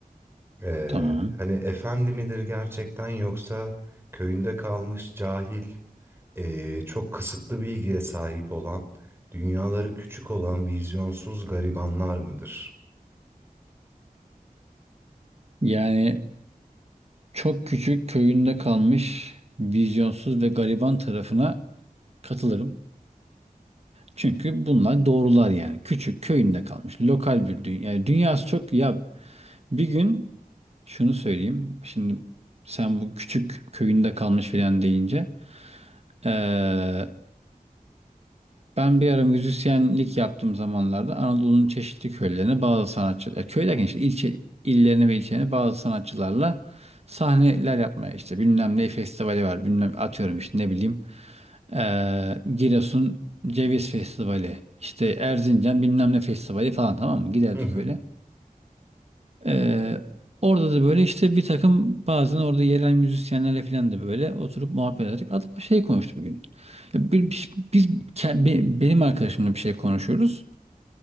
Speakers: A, on the right (about 15°); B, on the right (about 45°).
A: Ee,
B: Tamam.
A: hani efendi midir gerçekten yoksa köyünde kalmış cahil, ee, çok kısıtlı bilgiye sahip olan, dünyaları küçük olan vizyonsuz garibanlar mıdır?
B: Yani çok küçük köyünde kalmış vizyonsuz ve gariban tarafına katılırım. Çünkü bunlar doğrular yani. Küçük köyünde kalmış lokal bir dünya. Yani dünyası çok ya bir gün şunu söyleyeyim. Şimdi sen bu küçük köyünde kalmış filan deyince eee, Ben bir ara müzisyenlik yaptığım zamanlarda Anadolu'nun çeşitli köylerine bazı sanatçılar, ya köy derken işte ilçe, illerine ve ilçelerine bazı sanatçılarla sahneler yapmaya işte bilmem ne festivali var bilmem atıyorum işte ne bileyim eee, Giresun Ceviz Festivali işte Erzincan bilmem ne festivali falan tamam mı giderdik
A: Hı hı.
B: öyle. Ee, orada da böyle işte bir takım bazen orada yerel müzisyenlerle falan da böyle oturup muhabbet ederek adam şey konuştu bugün. Ya bir- bir- şey, Biz, ke- be- benim arkadaşımla bir şey konuşuyoruz.